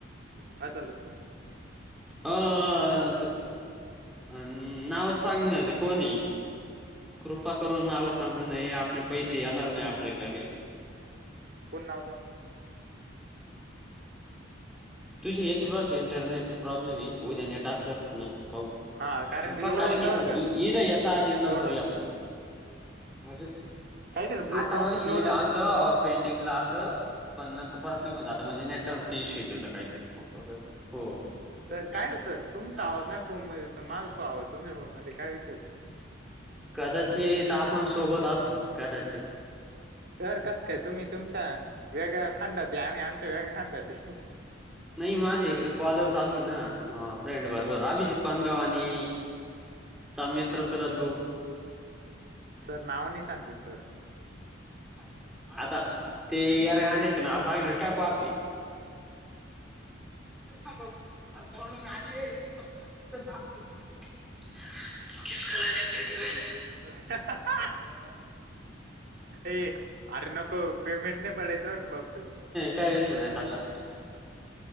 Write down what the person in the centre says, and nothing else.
आ आत. अ नाव सांगणेले कोणी. कृपा करून नावं सांगू नये आपले पैसे येणार नाही आपल्याकडे.
तुझी येथील बरक इंटरनेटचा प्रॉब्लेम हे उद्या नेट असल्यावर पाहु.
मसा
का
इड यथा दिनांतरीत
म
<unintelligible> म्हणजे
आता
मग शेट
आलत -- पेंडिंगला असं पण नंतर परत निघून जातं म्हणजे नेटवर्कचा इश्यू येतोय- - <unintelligible> हो
तर काय
तुम
<unintelligible>
कर
कदाचित आपण सोबत असत कदाचित.
नाही माझी इकडे कॉलच चालू हे ना अ फ्रेंड बरोबर अभिजित पाणगाव अणि चा मित्र चुलत भाऊ.
असं काय. आता ते <unintelligible> नाव सांगितलं का पाप ये. थांबव अग जाऊ नको आत ये. <unintelligible> करा ह्यच्या वर
काहीच नाही तसा.